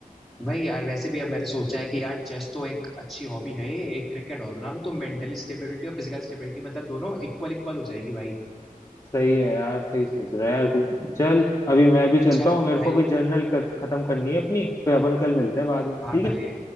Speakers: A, in the centre; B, on the left.
A: भाई यार वैसे भी अब मैंने सोचा है कि यार चेस तो एक अच्छी हॉबी है ये एक क्रिकेट और बना लो तो मेंटली स्टेबिलिटी और फिजिकल स्टेबिलिटी मतलब दोनों इक्वल इक्वल हो जाएगी भाई
B: सही है यार सही सोच रहा है यार तू चल अभी मैं भी चलता
A: चल
B: हूँ मेरे
A: भाई
B: को भी जर्नल खत्म करनी है अपनी फिर अपन कल मिलते हैं बाद में ठीक
A: हाँ भाई
B: है